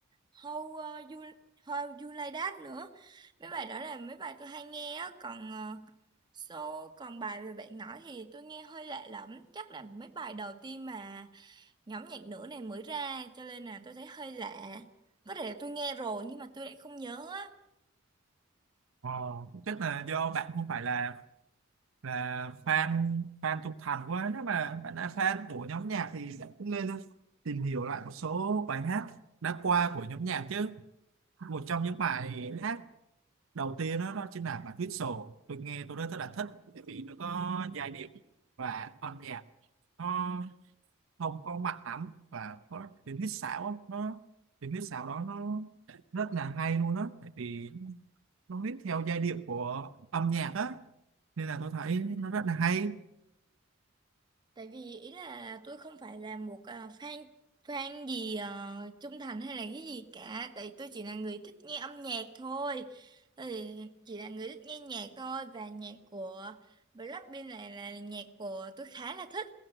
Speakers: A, on the right (about 20°); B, on the right (about 70°).
A: how uh, you how you like that nữa mấy bài đó là mấy bài tôi hay nghe á còn ờ, so còn bài về bạn nói thì tôi nghe hơi lạ lẫm chắc là mấy bài đầu tiên mà nhóm nhạc nữ này mới ra cho nên là tôi thấy hơi lạ có thể là tôi nghe rồi nhưng mà tôi lại không nhớ á
B: Ờ, chắc là do bạn không phải là là fan fan trung thành quá nếu mà bạn là fan của nhóm nhạc thì bạn cũng nên tìm hiểu lại một số bài hát đã qua của nhóm nhạc chứ một trong những bài hát đầu tiên đó, đó chính là bài Whistle tôi nghe tôi rất là thích bởi vì nó có giai điệu và âm nhạc nó không có mạnh lắm và có tiếng huýt sáo á, nó tiếng huýt sáo đó nó rất là hay luôn á tại vì nó viết theo giai điệu của âm nhạc á nên là tôi thấy nó rất là hay
A: Tại vì ý là tôi không phải là một à, fan fan gì ờ, trung thành hay là cái gì cả, tại tôi chỉ là người thích nghe âm nhạc thôi. Tôi thì chỉ là người thích nghe nhạc thôi và nhạc của Blackpink này là nhạc của tôi khá là thích.